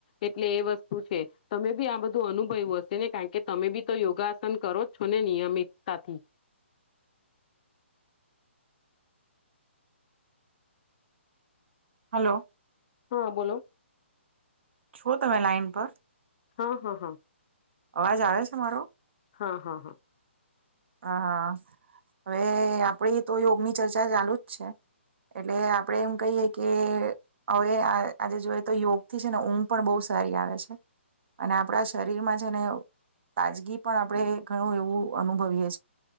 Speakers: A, on the left (about 40°); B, on the right (about 60°).
A: એટલે એ વસ્તુ છે તમે બી આ બધું અનુભય્યું હશે ને કારણ કે તમે બી તો યોગાસન કરો છો ને નિયમિતતાથી
B: હલો
A: હા બોલો
B: છો તમે લાાઈન પર
A: હા હા હા
B: અવાજ આવે છે મારો
A: હા હા હા
B: હા હવે આપડી તો યોગની ચર્ચા ચાલુ જ છે એટલે આપડે એમ કહીએ કે હવે આ આજે જોઈ તો યોગથી છે ને ઊંઘ પણ બહુ સારી આવે છે અને આપડા શરીરમાં છે ને તાજગી પણ આપણે ઘણું એવું અનુભવીએ